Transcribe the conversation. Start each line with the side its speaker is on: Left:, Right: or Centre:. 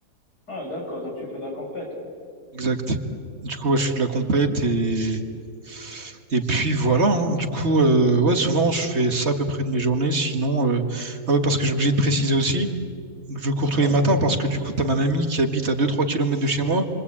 Left: Ah, d'accord. Donc, tu fais de la compète.
Right: Exact. Du coup,
Left: Ouais,
Right: ouais, je fais de la compète et, et puis voilà. hein. Du coup, euh, ouais, souvent je fais ça à peu près de mes journées. Sinon, euh, ah ouais, parce que j'ai obligé de préciser aussi, je cours tous
Left: ouais,
Right: les matins parce que du coup, t'as ma mamie qui habite à deux-trois km de chez moi.